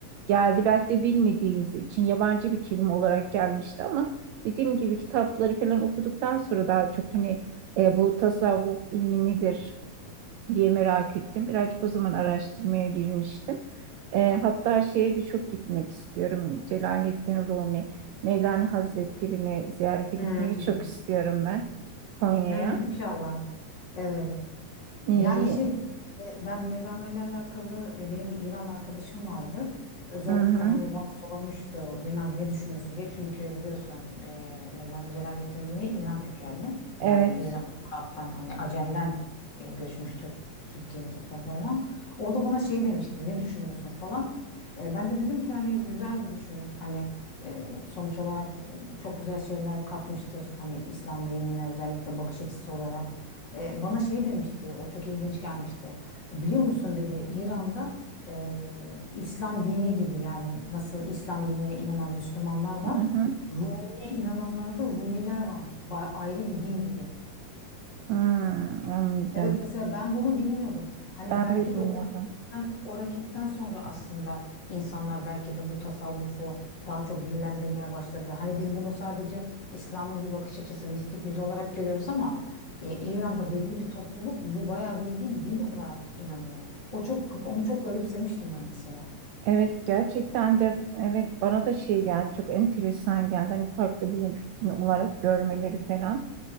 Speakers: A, on the right; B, on the left.
A: geldi. Belki de bilmediğimiz için yabancı bir kelime olarak gelmişti ama dediğim gibi kitapları falan okuduktan sonra daha çok hani e, bu tasavvuf ilmi nedir? diye merak ettim. Birazcık o zaman araştırmaya girmiştim. E, hatta şeye de çok gitmek istiyorum. Celaleddin Rumi, Mevlana Hazretleri'ni ziyarete
B: Hmm.
A: gitmeyi çok istiyorum ben Konya'ya.
B: Hı, inşallah. Evet.
A: E,
B: Yani şey e, ben Mevlana ile alakalı e, benim bir İran arkadaşım vardı. Özellikle
A: hı hı,
B: hani bana sormuştu biraz ne düşünüyorsun diye. Çünkü biliyorsun e, Mevlana Celaleddin Rumi İran kökenli.
A: evet.
B: Yani İran, Arap'tan hani Acem'den e, göçmüştür Türkiye topraklarına. Orada bana şey demişti ne düşünüyorsun falan. E, ben de dedim ki hani güzel bir düşünür. Hani e, sonuç olarak e, çok güzel şeyler katmıştır. Hani İslam dinine özellikle bakış açısı olarak. E, bana şey demişti, o çok ilginç gelmişti. Biliyor musun dedi, İran'da e, İslam dini gibi yani nasıl İslam dinine inanan Müslümanlar var.
A: Hı hı,
B: Rumi'ye inananlarda Rumiler varmış. Ba- ayrı bir din gibi.
A: hı, anladım.
B: Evet mesela ben bunu bilmiyordum. Hani
A: Ben
B: belki
A: de bilmiyordum.
B: de o hareketten, o hareketten sonra aslında insanlar belki de bu tasavvufu daha çok dillendirmeye başladılar. Hani biz bunu sadece İslam'ın bir bakış açısı, mistik yüzü olarak görüyoruz ama e, İran'da belli bir topluluk bu bayağı bildiğin din olarak inanıyor. O çok onu çok garipsemiştim ben mesela.
A: Evet gerçekten de evet bana da şey geldi çok enteresan geldi hani farklı bir rutin olarak görmeleri falan